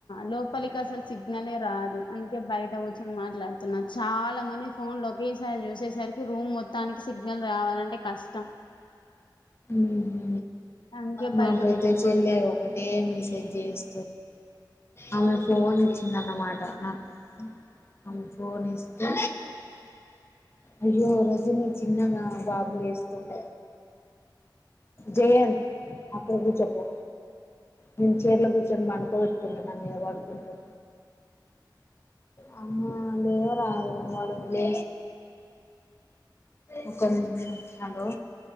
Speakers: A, on the left (about 85°); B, on the left (about 30°).
A: లో ఇక అసలు సిగ్నలే రాదు అందుకే బయట కూర్చొని మాట్లాడుతున్నాను చాలా మంది ఫోన్ లో ఒకేసారి చూసేసరికి రూమ్ మొత్తానికి సి సిగ్నల్ రావాలంటే కష్టం
B: ఊహు
A: అందుకే
B: మా
A: బయట
B: పెద్ద
A: కూర్చొని
B: చెల్లె
A: మాట్లాడుతున్నా
B: ఒకటే మెసేజ్ చేసి ఆమెను ఫోన్
A: ఏమని
B: ఇచ్చిందన్నమాట నాకు ఆమె ఫోన్ ఇస్తే అయ్యో రజని చిన్నగా బాబులు వేస్తుండ జయం అక్కడ కూర్చోపో నేను చీరలో కూర్చొని వడుకోబెట్టుకుంటున్నా మీద పడుకుంటు అ లేవ రాదు వాడు లే ఒక్క నిమిషం హలో